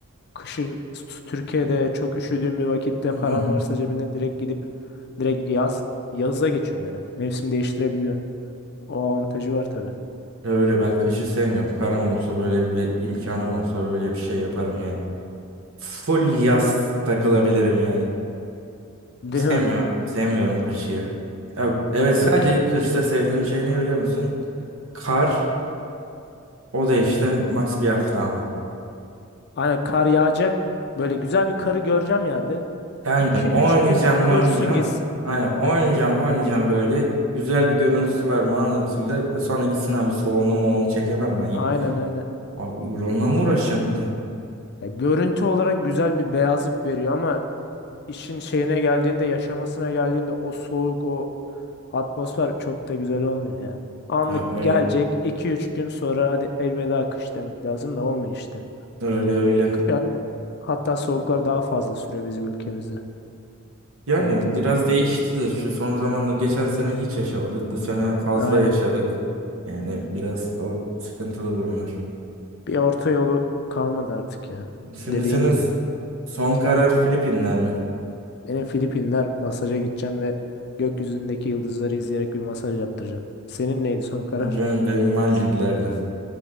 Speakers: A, on the left (about 50°); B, on the right (about 65°).
A: kışın s- Türkiye'de çok üşüdüğün bir vakitte
B: Hı
A: paran
B: hı hı.
A: varsa cebine direkt gidip direkt yaz yaza geçiyor yani mevsim değiştirebiliyor. O avantajı var tabii.
B: Öyle ben kışı sevmiyorum. Param olsa böyle ve imkanım olsa öyle bir şey yaparım yani. Full yaz takılabilirim yani.
A: Değil
B: Sevmiyorum.
A: mi?
B: Sevmiyorum kışı ya. Ya evet sadece
A: Yok yani.
B: kışta sevdiğim şey ne biliyor musun? Kar. O da işte max bir hafta ama.
A: Aynen kar yağacak. Böyle güzel bir karı göreceğim yerde.
B: Aynen
A: iki
B: oynayacağım
A: üç gün
B: oynayacağım.
A: dursun gitsin.
B: Aynen
A: Aynen.
B: oynayacağım oynayacağım böyle. Güzel bir görüntüsü var manzarası güzel. E Sonra gitsin abi soğuğunu moğunu çekemem ben ya.
A: Aynen aynen.
B: Abi onunla mı uğraşacağım bir de?
A: Ya görüntü olarak güzel bir beyazlık veriyor ama işin şeyine geldiğinde, yaşamasına geldiğinde o soğuk, o atmosfer çok da güzel olmuyor ya. Anlık
B: Ya öyle.
A: gelecek iki üç gün sonra hadi elveda kış demek lazım da olmuyor işte.
B: Öyle öyle.
A: Kış hat- hatta soğuklar daha fazla sürüyor bizim ülkemizde
B: Yani
A: baktığınız.
B: biraz değişti de şu son zamanla geçen sene hiç yaşamadık. Bu sene fazla
A: Aynen.
B: yaşadık. Yani biraz o sıkıntılı durumlar.
A: Bir orta yolu kalmadı artık ya.
B: Şimdi
A: Dediğin
B: senin
A: gibi
B: s-
A: yani.
B: son karar Filipinler mi?
A: Benim Filipinler masaja gideceğim ve gökyüzündeki yıldızları izleyerek bir masaj yaptıracağım. Senin neydi son karar?
B: Ben, benim Maldivler'de.